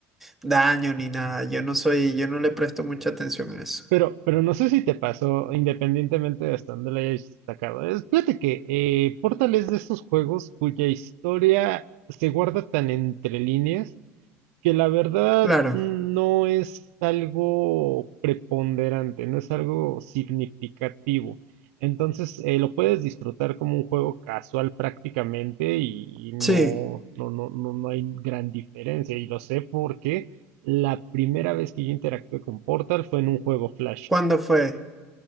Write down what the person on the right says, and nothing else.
Pero, pero no sé si te pasó, independientemente de hasta dónde la hayas sacado. Es, fíjate que eh, Portal es de esos juegos cuya historia se guarda tan entre líneas que la verdad
no es algo preponderante, no es algo significativo. Entonces, eh, lo puedes disfrutar como un juego casual prácticamente y y no,
no, no, no, no hay gran diferencia. Y lo sé porque la primera vez que yo interactué con Portal fue en un juego Flash.